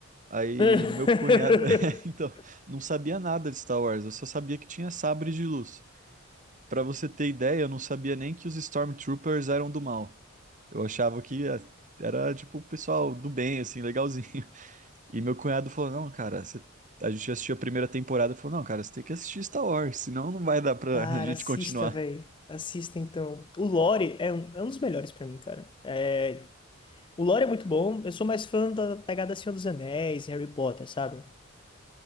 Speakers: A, on the right (about 40°); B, on the left (about 25°).
A: Aí
B: <laughs>
A: meu cunhado, <laughs> então, não sabia nada de Star Wars. Eu só sabia que tinha sabre de luz. Pra você ter ideia, eu não sabia nem que os Stormtroopers eram do mal. Eu achava que eh, era tipo o pessoal do bem, assim, legalzinho. <laughs> E meu cunhado falou: Não, cara, você- a gente assistiu a primeira temporada. Falou: Não, cara, você tem que assistir Star Wars, senão não vai dar pra
B: Cara,
A: <laughs> a gente
B: assista,
A: continuar.
B: velho. Assista então. O Lore é um, é um dos melhores pra mim, cara. É, o Lore é muito bom. Eu sou mais fã da pegada Senhor dos Anéis e Harry Potter, sabe?